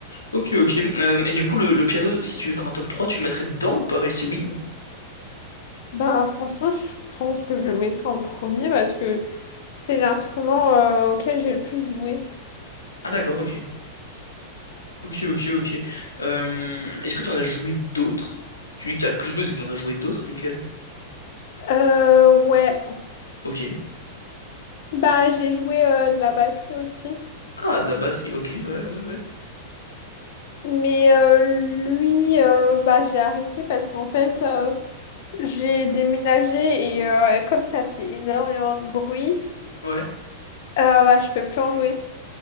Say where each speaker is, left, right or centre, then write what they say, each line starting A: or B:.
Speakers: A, on the left (about 85°); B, on the left (about 55°).
A: Ok, ok. Euh, et du coup, le, le piano, si tu veux faire un top 3, tu le mettrais dedans ou pas? Et si oui, où?
B: Bah, franchement, je pense que je le mettrai en premier parce que c'est l'instrument euh, auquel j'ai le plus joué.
A: Ah, d'accord, ok. Ok, ok, ok. Euh, est-ce que t'en as joué d'autres? Tu me dis que t'as le plus joué, c'est que t'en as joué d'autres, lesquels?
B: Euh, ouais.
A: Ok.
B: Bah, j'ai joué euh, de la batterie aussi.
A: Ah, de la batterie, ok, ouais, ouais, ouais.
B: Mais euh, lui, euh, bah, j'ai arrêté parce qu'en fait. euh, J'ai déménagé et euh, comme ça fait énormément de bruit,
A: Ouais.
B: euh, bah, je peux plus en jouer